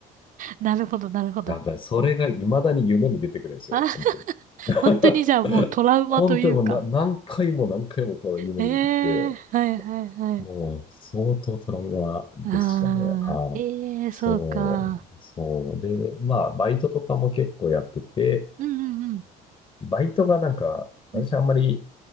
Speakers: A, on the right (about 50°); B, on the left (about 30°).
A: なるほどなるほど。
B: なんかそれが未だに夢に出てくるんですよ、
A: あ、
B: 本当に。<laughs>
A: 本当にじゃあもうトラウマというか。
B: 本当にもうな何回も何回もこの夢に出てきて、
A: ええはいはいはい。
B: もう相当トラウマでしたね。
A: ああ、
B: はい。
A: ええそうか。
B: そう、そう。で、まあ、バイトとかも結構やってて、
A: うんうんうん。
B: バイトがなんか、私あんまり、
A: うん